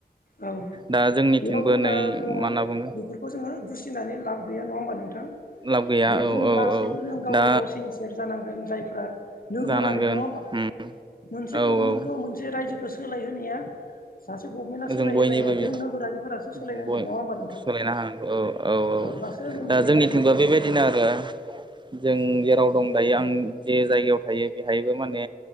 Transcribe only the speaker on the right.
दा जोंनिथिंबो
नै
मा होनना बुंगोन
लाब गैया
औ
औ
औ
दा
जानांगोन
उम
औ
औ
जों बयनिबो
इयो
जों बय
सोलायना हा ओ औ औ
दा
जोंनिथिंबो
बेबायदिनो आरो। जों जेराव दं दायो आं जे जायगायाव थायो बेहायबो माने